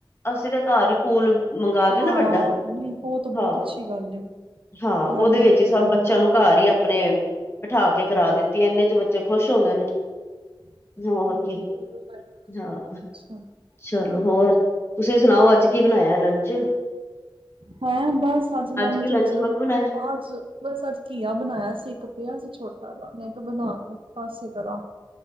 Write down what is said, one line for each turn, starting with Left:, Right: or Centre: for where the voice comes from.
Left: ਅਸੀਂ ਤੇ ਘਰ ਹੀ ਪੂਲ ਮੰਗਾ
Right: ਹਾਂ,
Left: ਕੇ ਨਾ ਵੱਡਾ
Right: ਨਹੀਂ ਬਹੁਤ ਬਹੁਤ
Left: ਹਾਂ।
Right: ਅੱਛੀ ਗੱਲ ਏ,
Left: ਹਾਂ ਉਹਦੇ
Right: ਨਾਲੇ
Left: ਵਿੱਚ ਹੀ ਸਭ
Right: ਹਾਂ।
Left: ਬੱਚਿਆਂ ਨੂੰ ਘਰ ਹੀ ਆਪਣੇ ਬਿਠਾ ਕੇ ਕਰਾ ਦਿੱਤੀ ਇੰਨੇ 'ਚ ਬੱਚੇ ਖੁਸ਼ ਹੋ ਗਏ ਨੇ।
Right: <inaudible>
Left: ਹੋਰ ਕੀ ਹਾਂ
Right: ਅੱਛਾ,
Left: ਚਲੋ ਹੋਰ ਤੁਸੀਂ ਸੁਣਾਓ ਅੱਜ ਕੀ ਬਣਾਇਆ ਲੰਚ
Right: ਹੈਂ ਬਸ ਅੱਜ ਲੰਚ
Left: ਕੀ
Right: ਅੱਜ
Left: ਮੈਂ ਕਿਹਾ ਬਣਾਇਆ
Right: ਬਸ ਅੱਜ ਘੀਆ ਬਣਾਇਆ ਸੀ ਇੱਕ ਸੀ ਛੋਟਾ ਜ ਮੈਂ ਕਿਹਾ ਬਣਾ ਕੇ ਪਾਸੇ ਕਰਾਂ